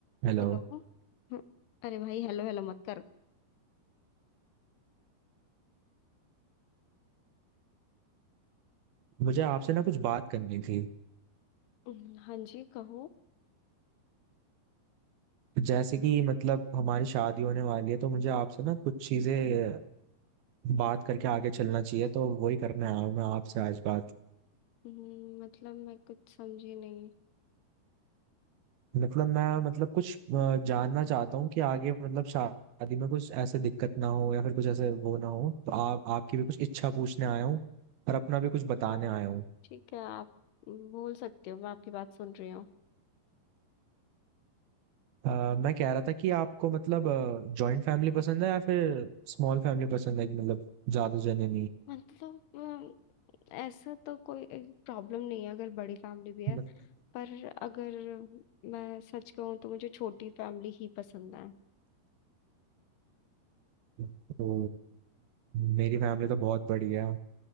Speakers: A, on the right (about 75°); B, on the left (about 80°).
A: Hello
B: Hello हम्म, अरे भाई हेलो हेलो मत कर
A: मुझे आपसे ना कुछ बात करनी थी
B: हम्म, हाँ जी कहो
A: जैसे कि मतलब हमारी शादी होने वाली है तो मुझे आपसे ना कुछ चीजें बात करके आगे चलना चाहिए तो वही करने आया हूँ मैं आपसे आज बात
B: हम्म, मतलब मैं कुछ समझी नहीं
A: मतलब मैं मतलब कुछ अ, जानना चाहता हूँ कि आगे मतलब शादी में कुछ ऐसे दिक्कत ना हो या फिर कुछ ऐसे वो ना हो तो आप आपकी भी कुछ इच्छा पूछने आया हूँ और अपना भी कुछ बताने
B: हाँ
A: आया हूँ
B: ठीक है आप बोल सकते हो मैं आपकी बात सुन रही हूँ
A: अ, मैं कह रहा था कि आपको मतलब जॉइंट फैमिली पसंद है या फिर स्मॉल फैमिली पसंद है कि मतलब ज्यादा जने
B: मतलब अम, ऐसा तो कोई प्रॉब्लम नहीं है अगर बड़ी फैमिली भी है
A: नहीं
B: पर अगर मैं सच कहूँ तो मुझे छोटी फैमिली ही पसंद है
A: तो मेरी फैमिली तो बहुत बढ़िया है